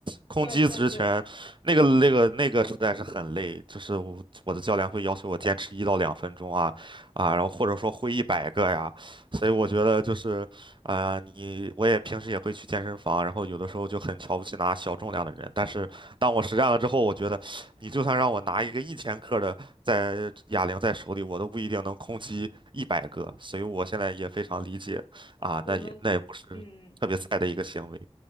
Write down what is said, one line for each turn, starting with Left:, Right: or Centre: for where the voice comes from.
Right: 空击之前，
Left: 对对对，
Right: 那个那个那个实在是很累，就是我我的教练会要求我坚持一到两分钟啊啊，然后或者说挥一百个呀，所以我觉得就是呃，你我也平时也会去健身房，然后有的时候就很瞧不起拿小重量的人，但是当我实战了之后，我觉得你就算让我拿一个一千克的在哑铃在手里，我都不一定能空击一百个，所以我现在也非常理解啊，
Left: 我们嗯。
Right: 那也那也不是特别菜的一个行为，